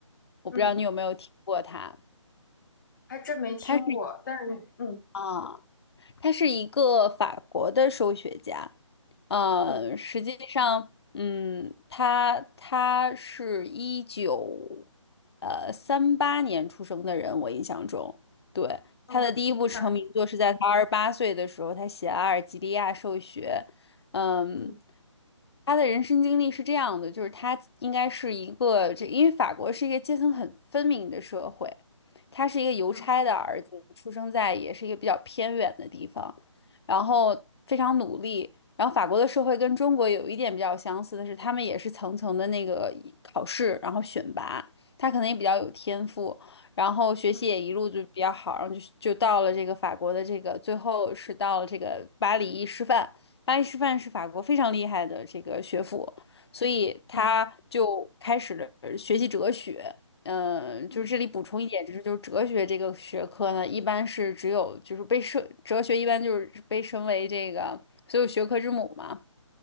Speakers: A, on the left; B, on the left.
A: 我不知道你有没有听过他，
B: 嗯，还真没听过，
A: 他是
B: 但是嗯
A: 啊。他是一个法国的数学家，呃，
B: 嗯
A: 实际上，嗯，他他是一九呃三八年出生的人，我印象中，对，
B: 哦，
A: 他的第一部成名作是在他二十八岁的时候，
B: 啥？
A: 他写了阿尔及利亚数学》，嗯。
B: 嗯
A: 他的人生经历是这样的，就是他应该是一个，这因为法国是一个阶层很分明的社会，他是一个邮差的儿子，
B: 嗯
A: 出生在也是一个比较偏远的地方，然后非常努力。然后法国的社会跟中国有一点比较相似的是，他们也是层层的那个考试，然后选拔。他可能也比较有天赋，然后学习也一路就比较好，
B: 嗯
A: 然后就就到了这个法国的这个，最后是到了这个巴黎师范。巴黎师范是法国非常厉害的这个学府，所以他就开始了学习哲学，
B: 嗯。
A: 嗯，呃就是这里补充一点，
B: 嗯
A: 就是就是哲学这个学科呢，一般是只有就是被设哲学一般就是被称为这个所有学科之母嘛，